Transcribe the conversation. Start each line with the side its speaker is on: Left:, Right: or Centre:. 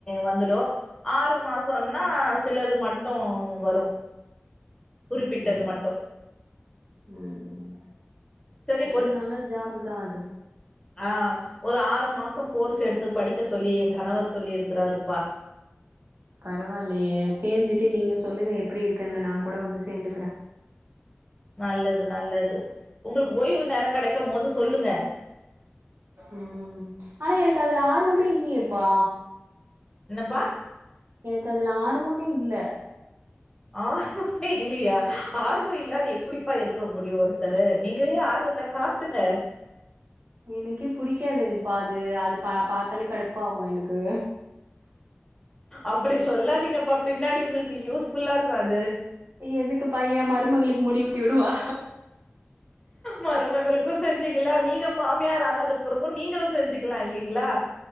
Left: வந்துடு ஆறு மாசம்னா சிலது மட்டு வரு குறிப்பிட்டது
Right: ம்
Left: மட்டு
Right: ம்
Left: சரி
Right: அது நல்லா ஜாப்தா அது
Left: அ ஒரு ஆறு மாசகோர்ஸ் எடுத்து படிக்க சொல்லி என் கணவர் சொல்லிருக்குறாருப்பா
Right: பரவாயில்லயே சேந்துட்டு நீங்க சொல்லுங்க எப்டி இருக்குன்னு நா கூட வந்து சேந்துகிரே
Left: நல்லது நல்லது உங்ளுக்கு ஓய்வு நேர கெடைக்கு போது சொல்லுங்க
Right: ம் ஆனா எனக்கு அதுல ஆர்வமே இல்லயேப்பா
Left: என்னப்பா
Right: எனக்கு அதுல ஆர்வமே இல்ல
Left: ஆர்வமே இல்லயா ஆர்வ இல்லாத எப்டிப்பா இருக்க முடியு ஒருத்தரு நீங்களே ஆர்வத்த காட் ட்டுங்க
Right: எனக்கே புடிக்காது இப்ப அது அது பா பாத்தாலே கடுப்பாகு எனக்கு
Left: அப்டி சொல்லாதீங்கப்பா பின்னாடி உங்களுக்கு யூஸ் ஃபுல்லா இருக்கு அது
Right: எதுக்குப்பா ஏ மருமகளுக்கு முடி வெட்டி விடவா
Left: மருமகளுக்கு செஞ்சிக்கலா நீங்க மாமியார் ஆனதுக் பெறகு நீங்களு செஞ்சிக்லா இல்லைங்ளா